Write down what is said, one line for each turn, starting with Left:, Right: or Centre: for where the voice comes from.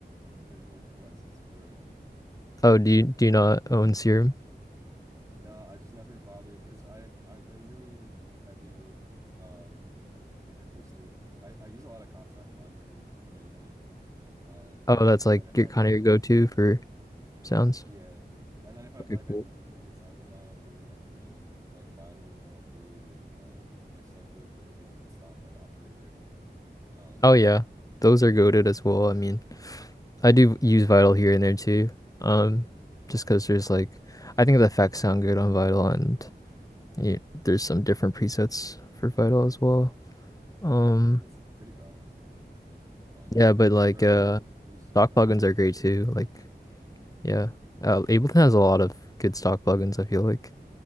Right: get a, a license for it.
Left: Oh, do you do you not own Serum?
Right: No, I just never bother, because I I go really heavy with um like acoustic. I I use a lot of contact libraries mainly. Um
Left: Oh, that's like
Right: and then if
Left: your
Right: I
Left: kind of your go-to for sounds.
Right: yeah, and then if I
Left: Okay,
Right: like I
Left: cool.
Right: need to do any sound design, I'll do it in like Vital or I'll do um like stuff with the Ableton stock like operator. Um,
Left: Oh yeah, those are goaded as well. I mean, I do use Vital here and there too. Um, just because there's like, I think the effects sound good on Vital, and you, there's some different presets for Vital as well. Um,
Right: Yeah, it's pretty powerful. Um,
Left: yeah, but like,
Right: or like
Left: uh,
Right: I'll use I use Simplan
Left: stock plugins
Right: a lot.
Left: are great too. Like, yeah, uh, Ableton has a lot of good stock plugins. I feel like.